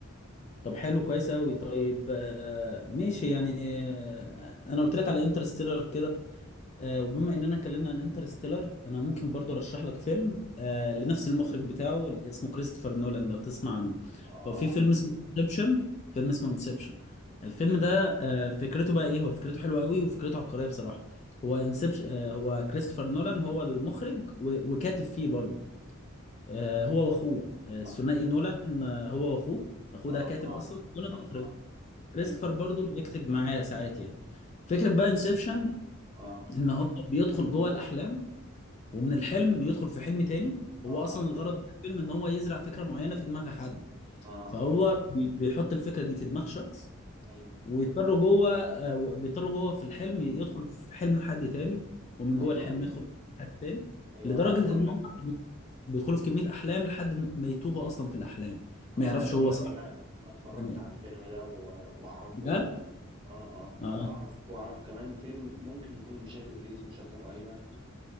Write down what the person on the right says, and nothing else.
اه
آه،
اعرف
اه اه
اه
اه
اه ايوه
اه
اه
اه
آه،
ايوه
ايوه
ايوه
ايوه
انا عايز اقول
لك
انا
عايز اقول
لك
ان انا انا اتفرجت
على الفيلم ده و- واعرفه
اه اه
واعرف واعرف كمان فيلم ممكن يكون مشابه ليه اسمه شاتر ايلاند